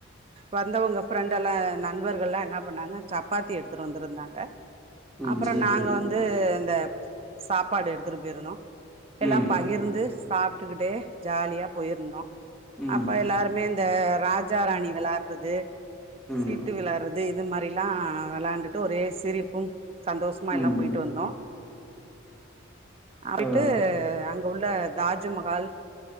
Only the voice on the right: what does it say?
வந்தவங்க ஃப்ரெண்ட் எல்லா நண்பர்கள்லா என்ன பண்ணாங்க சப்பாத்தி எடுத்துட்டு வந்திருந்தாங்க
அப்றோ
நாங்க
வந்து இந்த சாப்பாடு எடுத்துட்டு போயிருந்தோ எல்லா
பகிர்ந்து சாப்பிட்டுக்கிட்டே ஜாலியா போயிருந்தோ
அப்ப எல்லாருமே இந்த ராஜ ராணி வெளாடறது
சீட்டு விளாறது இது இது மாரிலா வெளையாண்டுட்டு ஒரே சிரிப்பு சந்தோஷமா எல்லா
போயிட்டு வந்தோ போய்ட்டு
அங் உள்ள தாஜ்மகால்